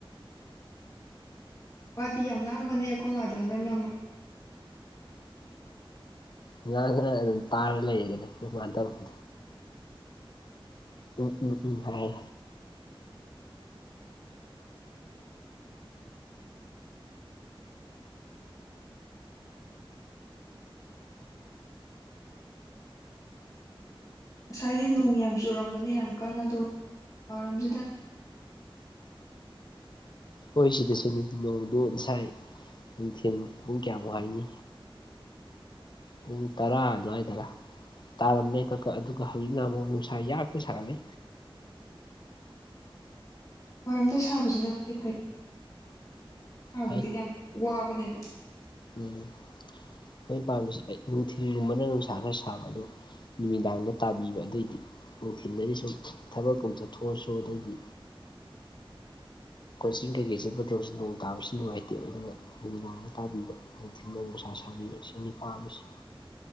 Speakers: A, on the left; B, on the left.
A: ꯋꯥꯗꯤ ꯌꯥꯝ ꯉꯥꯡꯕꯅꯦ ꯑꯩꯈꯣꯏ ꯃꯥꯗꯣ ꯅꯪꯅ
B: ꯉ ꯇꯥꯔ ꯂꯩꯌꯦꯗꯅ ꯃꯥꯅ ꯇꯧꯄ ꯎꯝ ꯎꯝ ꯎꯝ ꯍꯥꯏ
A: ꯉꯁꯥꯏꯗꯤ ꯅꯣꯡ ꯌꯥꯝ ꯆꯨꯔꯝꯕꯅꯤ ꯌꯥꯝ ꯀꯟꯅ ꯑꯗꯨ ꯑꯣꯏꯔꯝꯁꯤꯗ
B: ꯍꯈꯣꯏ ꯁꯤꯗꯁꯨꯅꯤ ꯅꯣꯡꯗꯨ ꯉꯁꯥꯏ ꯅꯨꯡꯊꯦꯝ ꯃꯈꯣꯡ ꯀꯌꯥꯃꯨꯛ ꯍꯥꯏꯅꯤ ꯄꯨꯡ ꯇꯔꯥ ꯑꯗꯨꯋꯥꯏꯗꯔ ꯇꯥꯔꯝꯃꯦ ꯀꯛꯀ ꯑꯗꯨꯒ ꯍꯧꯖꯤꯛꯅ ꯑꯃꯨꯛ ꯅꯨꯡꯁꯥ ꯌꯥꯛꯇ ꯁꯥꯒꯠꯂꯦ
A: ꯋꯥꯏꯔꯝꯗ ꯁꯥꯕꯁꯤꯅ ꯑꯩꯈꯣꯏ ꯐꯩ ꯁꯥꯕꯗꯨꯗꯤ
B: ꯐꯩ
A: ꯌꯥꯝ ꯋꯥꯕꯅꯦꯕ
B: ꯎꯝ ꯍꯣꯏ ꯄꯥꯝꯃꯤꯁꯦ ꯑꯩ ꯅꯨꯡꯊꯤꯜꯒꯨꯝꯕꯅ ꯅꯨꯡꯁꯥ ꯈꯔ ꯁꯥꯕ ꯑꯗꯨ ꯅꯨꯃꯤꯗꯥꯡꯗ ꯇꯥꯕꯤꯕ ꯑꯗꯨꯑꯣꯏꯗꯤ ꯅꯨꯡꯊꯤꯜꯗꯗꯤ ꯁꯨꯝ ꯊꯕꯛꯀꯨꯝ ꯆꯠꯊꯣꯛꯑꯁꯨ ꯑꯗꯩꯗꯤ ꯀꯣꯆꯤꯡ ꯀꯩꯀꯩ ꯆꯠꯄꯗꯧꯕꯁꯨ ꯅꯣꯡ ꯇꯥꯕꯁꯨ ꯅꯨꯡꯉꯥꯏꯇꯦꯕ ꯑꯗꯨꯅ ꯅꯨꯃꯤꯗꯥꯡꯅ ꯇꯥꯕꯤꯕ ꯅꯨꯡꯊꯤꯜꯗ ꯅꯨꯡꯁꯥ ꯁꯥꯕꯤꯕ ꯁꯤꯅꯤ ꯄꯥꯝꯃꯤꯁꯦ